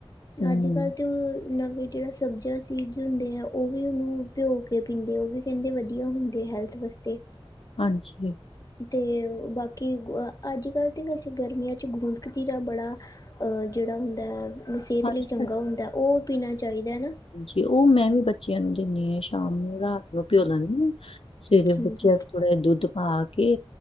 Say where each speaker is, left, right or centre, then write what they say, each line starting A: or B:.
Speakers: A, on the left (about 70°); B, on the left (about 40°).
A: ਹੂੰ
B: ਅੱਜ ਕੱਲ੍ਹ ਤੇ ਨਵੇਂ ਜੇੜਾ ਸਬਜ਼ੀਆਂ ਸੀਡਜ਼ ਹੁੰਦੇ ਆ ਓ ਵੀ ਉਨੂੰ ਭਿਓ ਕੇ ਪੀਂਦੇ ਆ ਓ ਵੀ। ਕੈਂਦੇ ਵਧੀਆ ਹੁੰਦੇ ਹੈਲਥ ਵਾਸਤੇ।
A: ਹਾਂਜੀ।
B: ਤੇ ਬਾਕੀ ਗੂ ਅੱਜ ਕੱਲ੍ਹ ਤਾਂ ਵੈਸੇ ਗਰਮੀਆਂ ਚ ਗੂੰਦਕਤੀਰਾ ਬੜਾ ਓ ਜੇੜਾ ਹੁੰਦਾ ਸੇਹਤ
A: ਹਾਂਜੀ,
B: ਲਈ ਚੰਗਾ ਹੁੰਦੈ ਓ ਪੀਣਾ ਚਾਈਦੈ ਨਾ।
A: ਤੇ ਓ ਮੈਂ ਵੀ ਬੱਚਿਆਂ ਨੂੰ ਦਿੰਨੀ ਆ ਸ਼ਾਮ ਨੂੰ ਰਾਤ ਨੂੰ ਪਿਓ ਲਨੀ ਆ ਸਵੇਰੇ
B: ਹਾਂਜੀ
A: ਬੱਚਿਆਂ ਥੋੜਾ ਜਾ ਦੁੱਧ ਪਾ ਕੇ